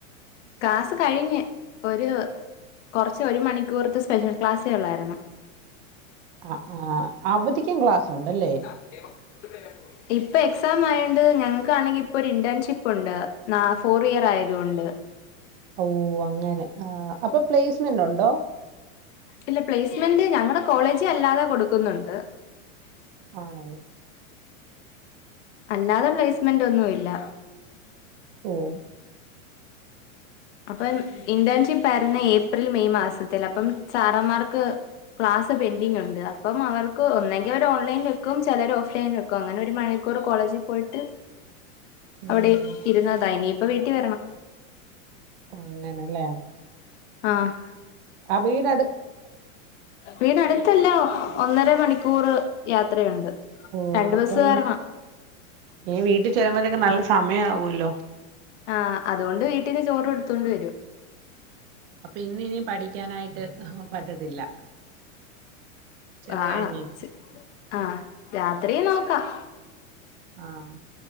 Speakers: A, on the left; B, on the right.
A: ക്ലാസ് കഴിഞ്ഞ് ഒരു കുറച്ച് ഒരു മണിക്കൂർത്ത് സ്പെഷ്യൽ ക്ലാസ്സേ ഉള്ളായിരുന്നു
B: അഹ് ആഹ് അവധിക്കും ക്ലാസ് ഉണ്ടല്ലേ
A: <inaudible> ഇപ്പൊ എക്സാം ആയോണ്ട് ഞങ്ങൾക്കാണെങ്കി ഇപ്പൊരു ഇന്റേൺഷിപ്പ് ഉണ്ട് ന ഫോർ ഇയർ ആയത് കൊണ്ട്
B: ഓഹ് അങ്ങനെ ആ അപ്പൊ പ്ലേസ്മെന്റ് ഉണ്ടോ
A: ഇല്ല പ്ലേസ്മെന്റ് ഞങ്ങടെ കോളേജ് അല്ലാതെ കൊടുക്കുന്നുണ്ട്
B: ആണോ?
A: അല്ലാതെ പ്ലേസ്മെന്റ് ഒന്നും ഇല്ല.
B: ഓഹ്.
A: അപ്പം ഇന്റേൺഷിപ്പ് ആയിരുന്നു ഏപ്രിൽ മെയ് മാസത്തിൽ. അപ്പം സാറന്മാർക്ക് ക്ലാസ് പെൻഡിങ് ഉണ്ട്. അപ്പം അവർക്ക് ഒന്നെങ്കിൽ അവര് ഓൺലൈൻ വെക്കും ചിലർ ഓഫ് ലൈൻ വെക് കു. അങ്ങെനെ ഒരു മണിക്കൂർ കോളേജി പോയിട്ട്
B: ഉം,
A: അവിടെ ഇര്ന്നതാ. ഇനിയിപ്പ വീട്ടി വെരണം.
B: ഓഹ് അങ്ങനെ അല്ലെ?
A: ആഹ്.
B: അബീനട്
A: വീടിനടുത്തല്ല. ഒന്നര മണിക്കൂർ യാത്രയുണ്ട്.
B: ഓഹ്
A: രണ്ട്
B: അപ്പം
A: ബസ് കേറണം
B: നീ വീട്ടി ചെല്ലുമ്പത്തേക്കും നല്ല സമയാവൊല്ലോ.
A: ആഹ് അതുകൊണ്ട് വീട്ടീന്ന് ചോറും എടുത്തോണ്ട് വരും.
B: അപ്പൊ ഇന്നിനി പഠിക്കാനായിട്ട് പറ്റത്തില്ല. ചെന്ന്
A: ആഹ്.
B: കഴിഞ്ഞ്
A: അഹ് രാത്രി നോക്കാം.
B: ആഹ്.